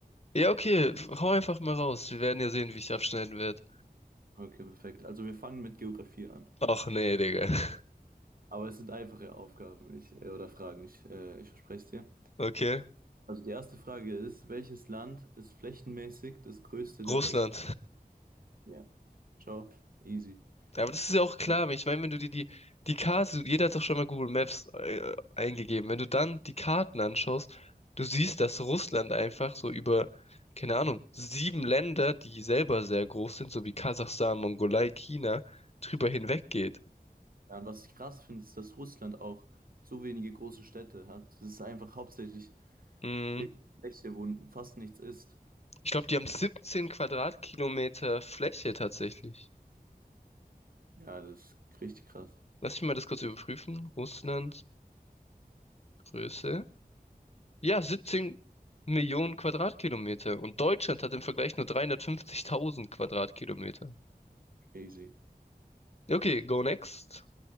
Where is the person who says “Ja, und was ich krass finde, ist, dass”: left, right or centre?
Right